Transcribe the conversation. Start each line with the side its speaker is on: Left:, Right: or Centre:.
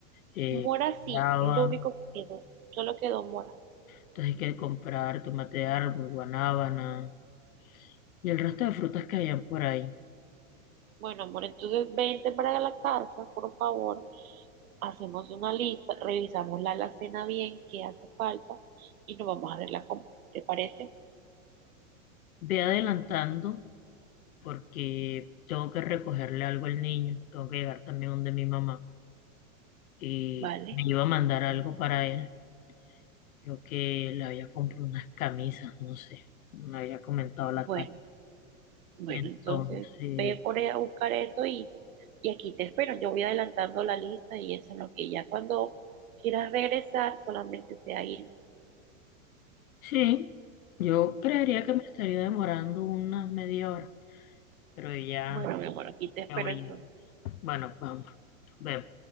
Left: eh,
Right: Mora
Left: guanábana.
Right: sí, es lo único que quedó, solo quedó mora.
Left: entonces hay que comprar tomate de árbol, guanábana y el resto de frutas que hayan por ahí.
Right: Bueno, amor, entonces vente para la casa, por favor, hacemos una lista, revisamos la alacena bien, qué hace falta y nos vamos a ver la compra. ¿Te parece?
Left: Ve adelantando porque tengo que recogerle algo al niño, tengo que llegar también donde mi mamá y
Right: Vale.
Left: me iba a mandar algo para él, creo que le había comprado unas camisas, no sé, me había comentado
Right: Bueno.
Left: la tarde.
Right: Bueno,
Left: Entonces...
Right: entonces ve por ahí a buscar eso y, y aquí te espero. Yo voy adelantando la lista y eso, es lo que ya cuando quieras regresar solamente sea ir.
Left: Sí, yo creería que me estaría demorando unas media hora, pero ya
Right: Bueno, mi amor, aquí te espero
Left: ya voy
Right: entonces.
Left: llegando. Bueno, vamos, vemos.